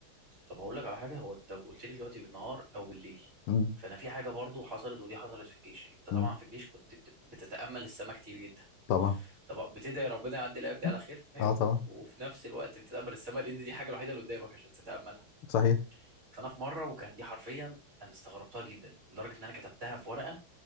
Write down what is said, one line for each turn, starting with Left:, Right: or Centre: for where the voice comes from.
Right: طب هقول لك على حاجه هو انت قلت لي دلوقتي بالنهار او بالليل
Left: مم.
Right: فانا في حاجه برضو حصلت ودي حصلت في الجيش انت طبعا
Left: مم.
Right: في الجيش كنت بت- بتتامل السماء كتير جدا
Left: طبعا
Right: طب بتدعي ربنا يعدي الايام دي
Left: مم.
Right: على خير فاهمني
Left: اه طبعا
Right: وفي نفس الوقت بتتامل السماء لان دي الحاجه الوحيده اللي قدامك عشان تتاملها
Left: صحيح
Right: فانا في مره وكان دي حرفيا انا استغربتها جدا لدرجه ان انا كتبتها في ورقه